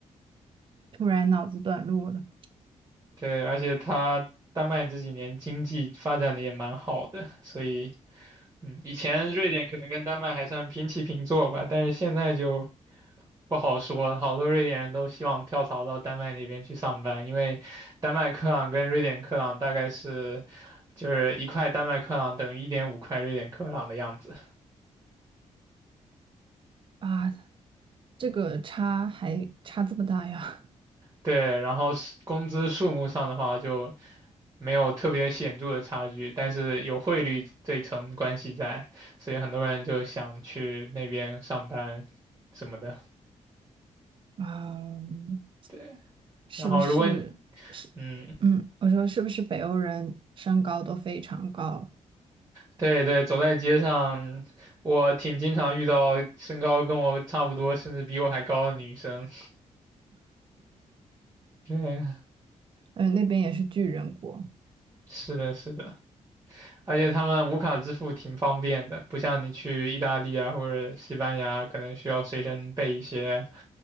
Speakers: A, on the right (about 40°); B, on the right (about 25°).
A: 突然脑子短路了
B: 对，而且它丹麦这几年经济发展的也蛮好的，所以嗯，以前瑞典可能跟丹麦还算平起平坐吧，但是现在就不好说，好多瑞典人都希望跳槽到丹麦那边去上班，因为丹麦克朗跟瑞典克朗大概是就是一块丹麦克朗等于一点五块瑞典克朗的样子。
A: 啊！这个差还差这么大呀？
B: 对，然后是工资数目上的话就没有特别显著的差距，但是有汇率这一层关系在，所以很多人就想去那边上班什么的。
A: 嗯，
B: 对，
A: 是不是是？
B: 然后如果你嗯，
A: 嗯，我说是不是北欧人身高都非常高？
B: 对对，走在街上，我挺经常遇到身高跟我差不多，甚至比我还高的女生。<laughs> 对，
A: 嗯，那边也是巨人国。
B: 是的，是的，而且他们无卡支付挺方便的，不像你去意大利啊或者西班牙，可能需要随身备一些